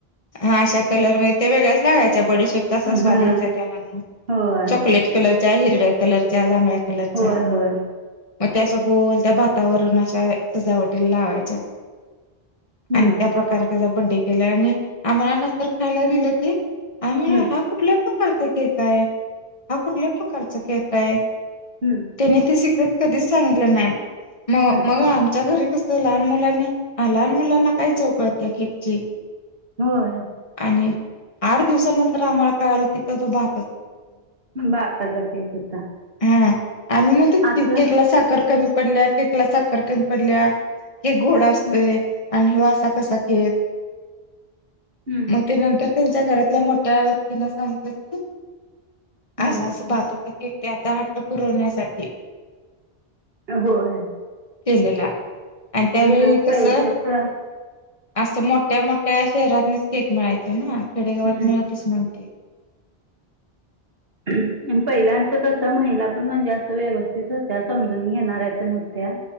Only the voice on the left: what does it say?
हा अशा कलर म ते वेगळ्याच लागायच्या बडीश जासा
स्वाद या्यायचा त्या म्हणून
चॉकलेट कलर हिरव्या कलरच्या जांभळ्या कलरच्या
मग त्याश गोल त्या भातावरण अशा सजावटीला लावायच्या
आणि त्या प्र्रकारे त्याचा बड्डे केला आणि आम्हाला नंतर खायला दिलं आम्ही
हा कुठल्या प्रकारचा केक आहे हा कुठल्या प्रकारचा केकय?
त्यांनी ते सिक्रेट कधीच सांगितलं नाही मग
मग आमच्या घरी कस लहान मुलांनी आ लहान मुलांना काय चव कळतीया केकची.
आणि आठ दिवसानंतर आम्हाला कळालं की त तो भा
हा आम्ही म्हणतोत
केकला साखर कमी पडल्या केक ला साखर कमी पडल्या केक गोड असतोय
आणि हो असा कसा केक.
मग ते नंतर त्यांच्या घरातल्या मोठ्या व्यक्तीनं सांगितलं की
अस अस भाताचा केक त्याचा हट्ट पुरवण्यासाठी
केलेला आणि त्यावेळी
कस
असं मोठ्या मोठ्या शहरातनीच केक मिळायचे ना खेडेगावात
मिळतच म्हणते.